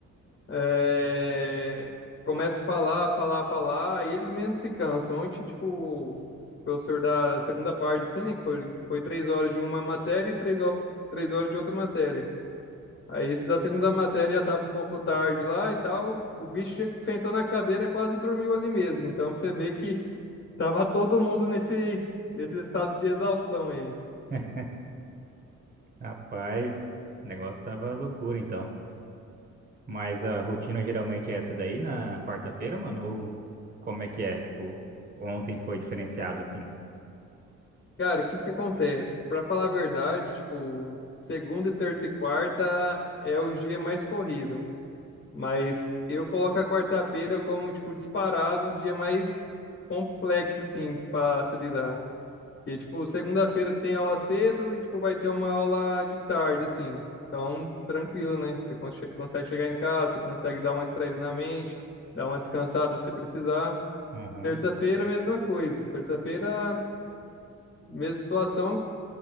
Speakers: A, on the left; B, on the right.
A: É, Começa a falar, falar, falar, e eles mesmos se cansam. Ontem, tipo, o professor da segunda parte, assim, né? Que foi, foi três horas de uma matéria e três, hor- três horas de outra matéria. Aí esse da segunda matéria já tava um pouco tarde lá e tal. E o bicho já sentou na cadeira e quase dormiu ali mesmo. Então pra você vê que <laughs> tava todo mundo nesse, nesse estado de exaustão aí.
B: <laughs> Rapaz, o negócio tava loucura então. Mas a rotina geralmente é essa daí na quarta-feira, mano? Ou como é que é? Tipo, ontem foi diferenciado assim.
A: Cara, o que que acontece? Pra falar a verdade, tipo, segunda, terça e quarta é o dia mais corrido. Mas eu coloco a quarta-feira como, tipo, disparado o dia mais complexo, assim, pra se lidar. Porque, tipo, segunda-feira tem aula cedo e, tipo, vai ter uma aula de tarde, assim. Então, tranquilo, né? Você cons- consegue chegar em casa, você consegue dar uma distraída na mente, dar uma descansada se precisar.
B: Aham.
A: Terça-feira, mesma coisa. Terça-feira, mesma situação,